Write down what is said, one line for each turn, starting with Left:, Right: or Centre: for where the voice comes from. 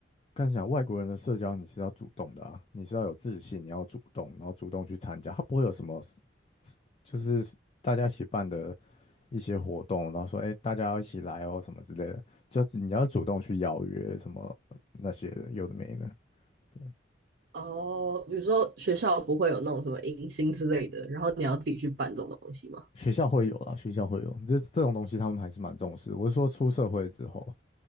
Left: 刚想外国人的社交你是要主动的啊，你是要有自信，你要主动，然后主动去参加，它不会有什么就是大家一起办的一些活动，然后说哎大家要一起来哦什么之类的，就你要主动去邀约什么那些的，有的没的。对，
Right: 哦，比如说学校不会有那种什么迎新之类的，然后你要自己去办这种东西吗？
Left: 学校会有啦，学校会有，这这种东西他们还是蛮重视。我是说出社会之后，